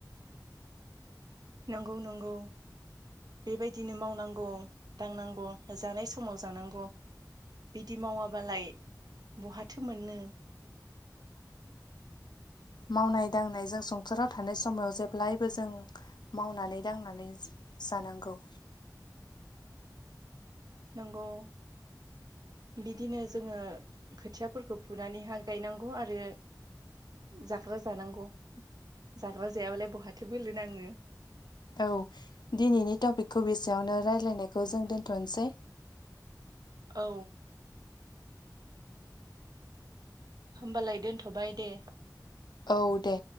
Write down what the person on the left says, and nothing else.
मावनाय दांनाय जों संसाराव थानाय समाव जेब्लायबो जों। मावनानै दांनानै जानांगौ।
औ दिनैनि टपिकखौ बेसेयावनो रायज्लायनायखौ जों दोन्थ'नोसै।
औ दे।